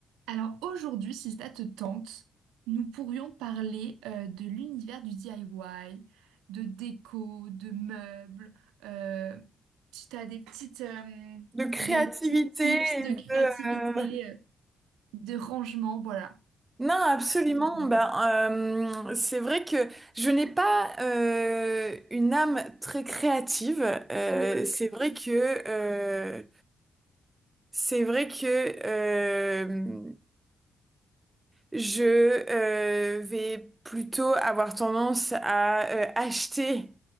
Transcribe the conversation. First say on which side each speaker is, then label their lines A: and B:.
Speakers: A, on the right; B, on the right.
A: Alors aujourd'hui, si ça te tente, nous pourrions parler euh, de l'univers du DIY, de déco, de meubles. euh, si tu as des petites, euh,
B: de créativité
A: des petits tips
B: et
A: de
B: de...
A: créativité,
B: euh,
A: euh, de rangement, voilà,
B: Non, absolument.
A: si ça te tente.
B: Ben, euh, c'est vrai que je n'ai pas euh, une âme très créative. Euh, c'est vrai que euh, c'est vrai que euh, Je euh, vais plutôt avoir tendance à euh, acheter